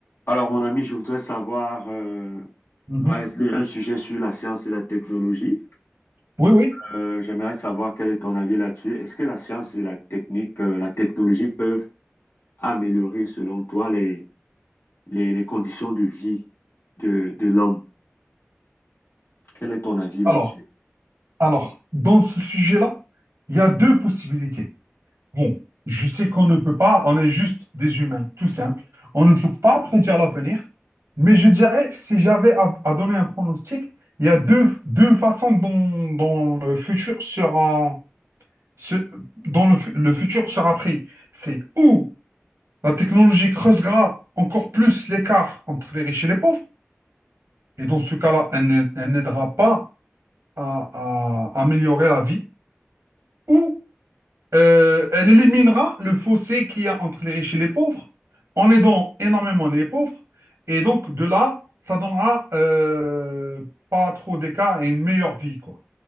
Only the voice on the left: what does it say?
Alors, mon ami, je voudrais savoir euh,
un un sujet sur la science et la technologie.
Euh, j'aimerais savoir quel est ton avis là-dessus. Est-ce que la science et la technique, euh, la technologie peuvent améliorer, selon toi, les, les, les conditions de vie de, de l'homme? Quel est ton avis là-dessus?